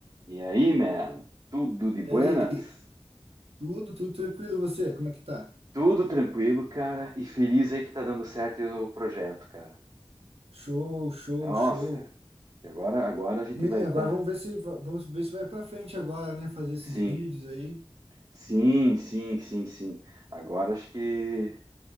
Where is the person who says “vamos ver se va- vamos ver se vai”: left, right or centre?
Right